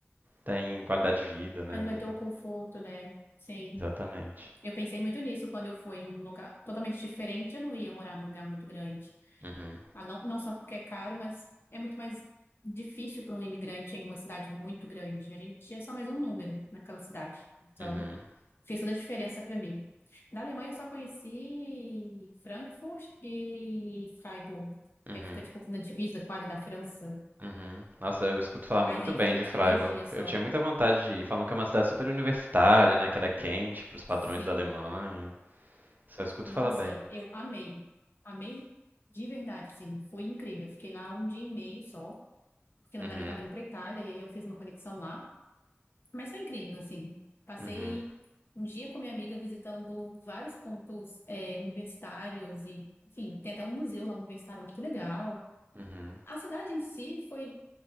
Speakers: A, on the right; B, on the left.
A: tem qualidade de vida, né?
B: mas não
A: Não-
B: vai ter
A: não-
B: o conforto, né? Sim.
A: Exatamente.
B: Eu pensei muito nisso quando eu fui em um lugar totalmente diferente. Eu não ia morar num lugar muito grande.
A: Uhum,
B: Ah, não, não só porque é caro, mas é muito mais difícil para um imigrante em uma cidade muito grande. A gente é só mais um número naquela cidade. Então,
A: uhum,
B: Fez toda a diferença para mim. Da Alemanha eu só conheci Frankfurt e Freiburg,
A: uhum.
B: que fica tipo na divisa quase da França.
A: Uhum. Nossa, eu escuto falar
B: Mas
A: muito
B: aí
A: bem
B: foram
A: de
B: tipo
A: Freiburg.
B: dois dias
A: Eu
B: só.
A: tinha muita vontade de ir. Falam que é uma cidade super universitária, né? Que ela é quente pros padrões
B: Sim,
A: da Alemanha. Só escuto
B: nossa,
A: falar bem.
B: eu amei, amei de verdade, sim, foi incrível. Fiquei lá um dia e meio só, porque na
A: Uhum,
B: verdade eu tava indo para Itália e aí eu fiz uma conexão lá. Mas foi incrível, assim. Passei
A: uhum,
B: um dia com minha amiga visitando vários pontos eh, universitários e, enfim, tem até um museu lá universitário muito legal.
A: uhum,
B: A cidade em si foi